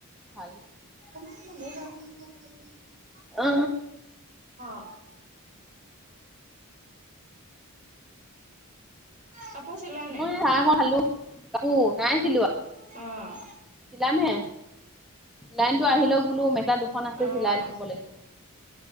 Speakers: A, in the centre; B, on the right.
A: ভাল।
B: <unintelligible>
A: অ
B: দে কাপোৰ চিলোৱা
A: মই
B: নাই
A: চাহ অকন খালো কাপোৰ নাই চিলোৱা।
B: ঔম
A: চিলামহে। লাইনটো আহি লওক বোলো মেখেলা দুখন আছে
B: অ',
A: চিলাই থব লাগিব।